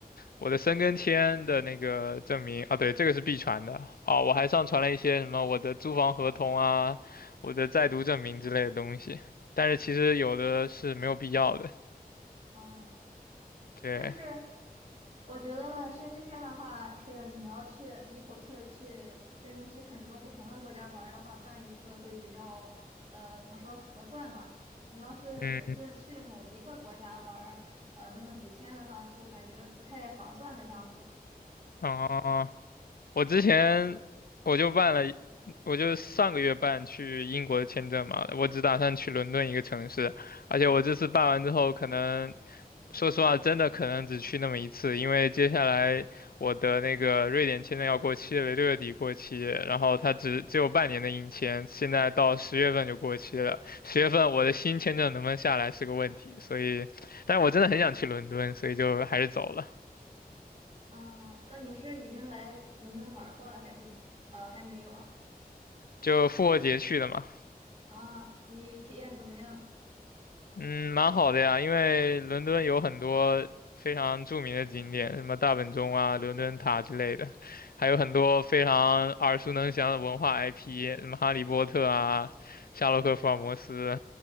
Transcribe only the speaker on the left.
我的申根签的那个证明啊，对，这个是必传的哦。我还上传了一些什么我的租房合同啊、我的在读证明之类的东西，但是其实有的是没有必要的。
对，
嗯，
啊、我之前我就办了
我就上个月办去英国的签证嘛，我只打算去伦敦一个城市，而且我这次办完之后，可能说实话，真的可能只去那么一次，因为接下来我的那个瑞典签证要过期了，六月底过期，然后它只只有半年的硬签，现在到十月份就过期了，十月份我的新签证能不能下来是个问题，所以，但是我真的很想去伦敦，所以就还是走了，
就复活节去的嘛。
嗯，蛮好的呀，因为伦敦有很多非常著名的景点，什么大本钟啊、伦敦塔之类的，还有很多非常耳熟能详的文化 IP，什么《哈利波特》啊、《夏洛克·福尔摩斯》，